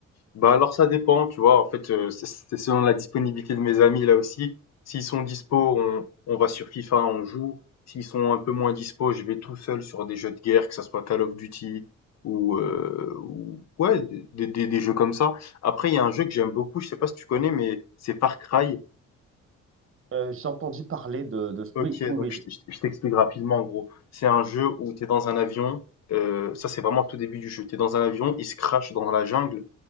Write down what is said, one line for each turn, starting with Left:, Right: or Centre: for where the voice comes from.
Left: Bah alors ça dépend, tu vois, en fait, euh, c'est c'est selon la disponibilité de mes amis là aussi. S'ils sont dispo, on, on va sur FIFA, on joue. S'ils sont un peu moins dispo, je vais tout seul sur des jeux de guerre, que ça soit Call of Duty ou, euh, ou- ouais, des, des, des jeux comme ça. Après, il y a un jeu que j'aime beaucoup, je sais pas si tu connais, mais c'est Far Cry.
Right: Euh, j'ai entendu parler de, de...
Left: Ok,
Right: Oui, oui,
Left: donc
Right: oui.
Left: je, je- je t'explique rapidement en gros. C'est un jeu où tu es dans un avion, euh, ça c'est vraiment au tout début du jeu. Tu es dans un avion, il se crache dans la jungle.